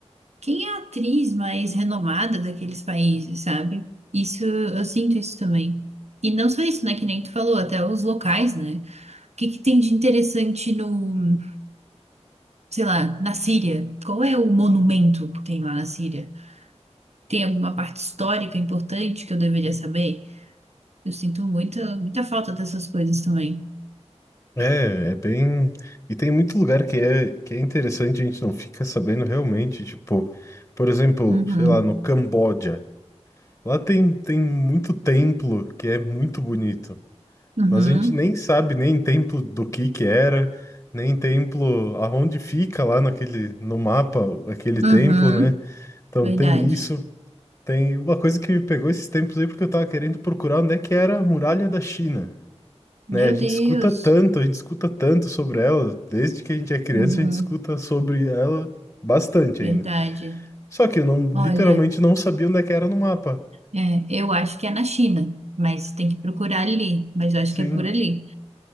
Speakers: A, on the right; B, on the left.
A: Quem é a atriz mais renomada daqueles países, sabe? Isso, eu sinto isso também. E não só isso, né? Que nem tu falou, até os locais, né? O que que tem de interessante no, sei lá, na Síria? Qual é o monumento que tem lá na Síria? Tem alguma parte histórica importante que eu deveria saber? Eu sinto muita, muita falta dessas coisas também.
B: É, é bem. E tem muito lugar que é, que é interessante, a gente não fica sabendo realmente. Tipo, por exemplo,
A: Uhum,
B: sei lá, no Camboja. Lá tem, tem muito templo que é muito bonito.
A: uhum,
B: Mas a gente nem sabe nem templo do que que era, nem templo aonde fica lá naquele no mapa aquele
A: uhum.
B: templo, né? Então
A: Verdade.
B: tem isso, tem uma coisa que me pegou esses tempos aí porque eu tava querendo procurar onde é que era a muralha da China,
A: Meu
B: né? A gente
A: Deus.
B: escuta tanto, a gente escuta tanto sobre ela, desde que a gente é criança
A: Uhum,
B: a gente escuta sobre ela bastante
A: verdade.
B: ainda. Só que eu não literalmente
A: Olha.
B: não sabia onde é que era no mapa.
A: É, eu acho que é na China, mas tem que procurar ali, mas eu acho
B: Sim.
A: que é por ali.